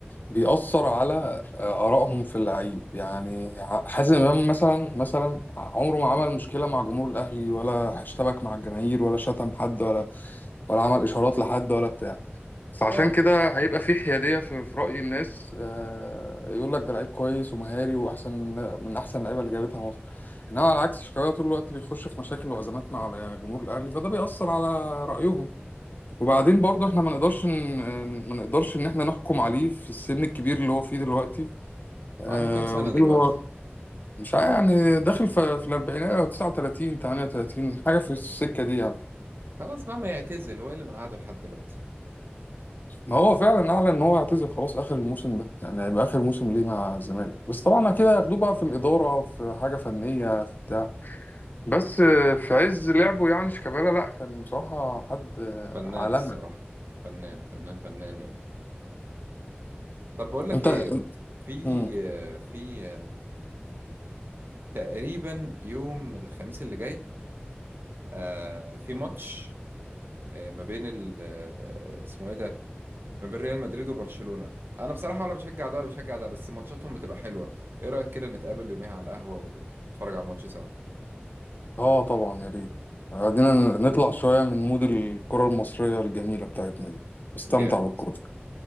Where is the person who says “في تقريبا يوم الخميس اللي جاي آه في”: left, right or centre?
Right